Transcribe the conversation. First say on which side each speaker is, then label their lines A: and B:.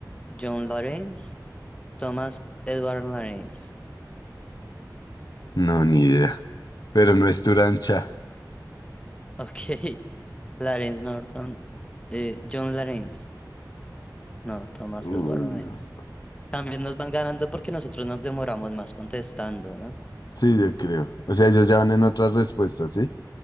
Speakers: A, on the left; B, on the left.
A: John Lawrence, Thomas Edward Lawrence.
B: No, ni idea. Pero no es Turancha.
A: Ok. <laughs> Lawrence Norton. eh, John Lawrence. No, Thomas
B: Uy,
A: Edward Lawrence.
B: no.
A: También nos van ganando porque nosotros nos demoramos más contestando, ¿no?
B: Sí, yo creo. O sea, ellos ya van en otras respuestas, ¿sí?